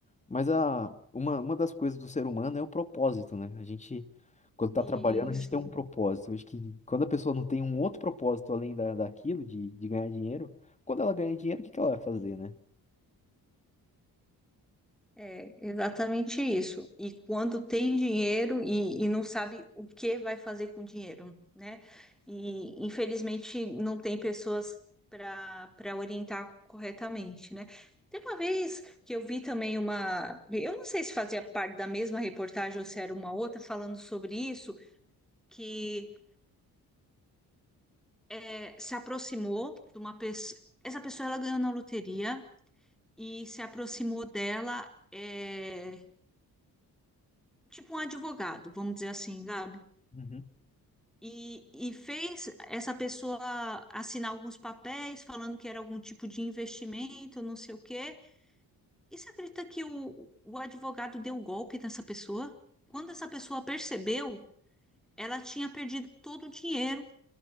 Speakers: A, on the left; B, in the centre.
A: Mas a, uma, uma das coisas do ser humano é o propósito, né? A gente, quando tá
B: sim,
A: trabalhando, a gente
B: sim.
A: tem um propósito. Eu acho que quando a pessoa não tem um outro propósito além da, daquilo, de, de ganhar dinheiro, quando ela ganha dinheiro, o que que ela vai fazer, né?
B: É exatamente isso. E quando tem dinheiro e, e não sabe o que vai fazer com o dinheiro, né? E infelizmente não tem pessoas para para orientar corretamente, né? Tem uma vez que eu vi também uma, eu não sei se fazia parte da mesma reportagem ou se era uma outra falando sobre isso, que é, se aproximou de uma pessoa. Essa pessoa ela ganhou na loteria e se aproximou dela. é, tipo um advogado, vamos dizer assim, Gabi,
A: Uhum.
B: e, e fez essa pessoa assinar alguns papéis falando que era algum tipo de investimento, não sei o quê. E você acredita que o, o advogado deu golpe nessa pessoa? Quando essa pessoa percebeu, ela tinha perdido todo o dinheiro.